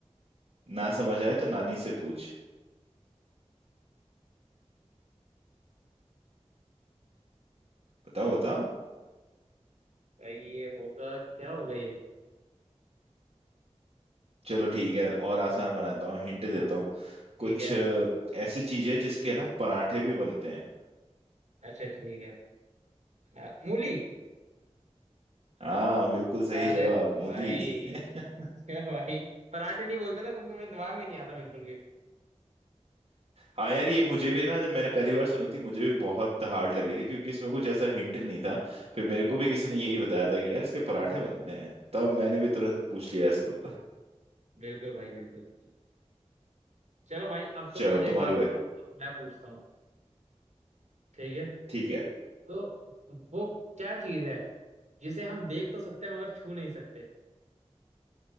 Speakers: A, on the right (about 60°); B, on the right (about 75°).
A: ना समझ आए तो नानी से पूछ बताओ बताओ
B: भाई ये होगा क्या होगा ये
A: चलो ठीक है और आसान बनाता हूँ हिंट देता
B: हाँ हाँ
A: हूँ कुछ
B: ठीक है
A: अ, ऐसी चीज है जिसके ना पराठे भी बनते हैं
B: अच्छा ठीक है अ, मूली
A: हाँ बिल्कुल सही
B: अरे
A: जवाब मूली
B: भाई
A: <laughs>
B: <laughs> भाई पराठे नहीं बोलते ना तुम तुम्हें दिमाग में नहीं आता बिल्कुल भी
A: हाँ यार ये मुझे भी है ना जब मैंने पहली बार सुनी थी मुझे भी बहुत हार्ड लगी थी क्योंकि इसमें कुछ ऐसा हिंट नहीं था फिर मेरे को भी किसी ने यही बताया था कि यार इसके पराठे बनते हैं तब मैंने भी तुरंत पूछ लिया इसको
B: बिल्कुल भाई बिल्कुल चलो भाई अब
A: <laughs>
B: तुम
A: चलो
B: मुझे
A: अब तुम्हारी
B: एक बात
A: बारी
B: बताओ अब मैं पूछता हूँ ठीक है
A: ठीक है
B: तो वो क्या चीज है जिसे हम देख तो सकते हैं मगर छू नहीं सकते